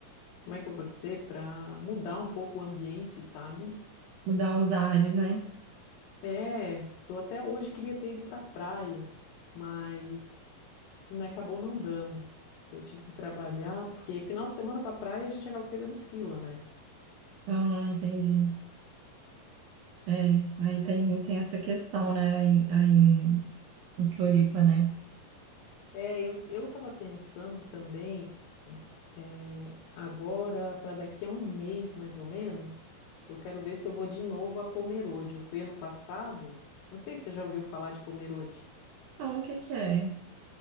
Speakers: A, on the left; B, on the right.
A: como é que eu vou dizer, para mudar um pouco o ambiente, sabe?
B: Mudar os ares, né?
A: É, eu até hoje queria ter ido pra praia, mas tipo, né, acabou não dando, que eu tive que trabalhar, porque final de semana pra praia a gente acaba pegando fila, né?
B: Ah, entendi. É, aí tem, tem essa questão, né, aí, aí em, em Floripa, né?
A: É, eu, eu tava pensando também, é, agora, para daqui a um mês mais ou menos, eu quero ver se eu vou de novo a Pomerode. Eu fui ano passado, não sei se você já ouviu falar de Pomerode.
B: Então, o que que é?